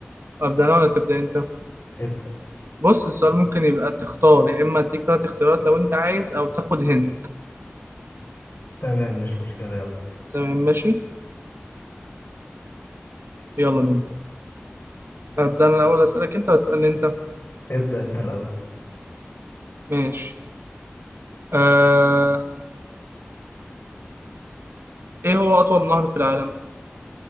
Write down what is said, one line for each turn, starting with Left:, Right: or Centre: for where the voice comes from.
Right: أبدأ أنا ولا تبدأ أنت؟
Left: ابدأ
Right: بص السؤال ممكن يبقى تختار يا إما أديك تلات اختيارات لو أنت عايز أو تاخد هنت
Left: تمام مش مشكلة يلا
Right: تمام ماشي؟ يلا نبدأ أبدأ أنا الأول أسألك أنت وتسألني أنت
Left: ابدأ انت الأول
Right: ماشي آه... إيه هو أطول نهر في العالم؟